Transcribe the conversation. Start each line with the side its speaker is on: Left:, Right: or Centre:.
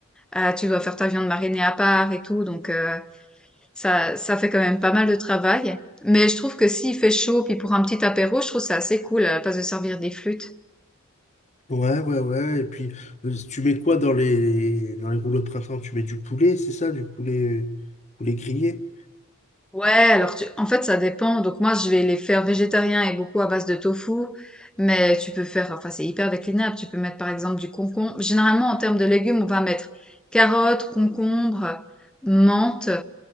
Centre: euh, tu dois faire ta viande marinée à part et tout. Donc, euh, ça, ça fait quand même pas mal de travail. Mais je trouve que s'il fait chaud, puis pour un petit apéro, je trouve ça assez cool euh, à la place de servir des flûtes.
Left: Ouais, ouais, ouais. Et puis, euh, tu mets quoi dans les, dans les rouleaux de printemps? Tu mets du poulet, c'est ça? Du poulet, poulet grillé?
Centre: Ouais, alors tu... en fait, ça dépend. Donc moi, je vais les faire végétariens et beaucoup à base de tofu. Mais tu peux faire, enfin, c'est hyper déclinable. Tu peux mettre par exemple du concombre. Généralement, en termes de légumes, on va mettre carottes, concombre, menthe